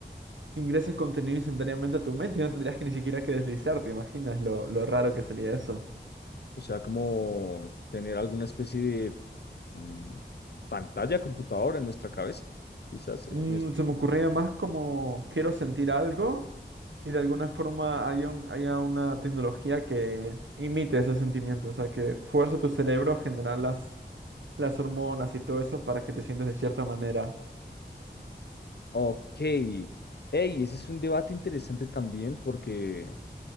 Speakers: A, on the right; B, on the left.
A: ingrese contenido instantáneamente a tu mente y no tendrías que ni siquiera que deslizar, ¿te imaginas lo, lo raro que sería eso?
B: O sea, como tener alguna especie de mm, pantalla, computadora en nuestra cabeza, quizás. eh,
A: Mm,
B: en nues-
A: se me ocurría más como quiero sentir algo. y de alguna forma haya un, haya una tecnología que imite ese sentimiento, o sea, que fuerce tu cerebro a generar las, las hormonas y todo eso para que te sientas de cierta manera.
B: Ok. Ey, ese es un debate interesante también porque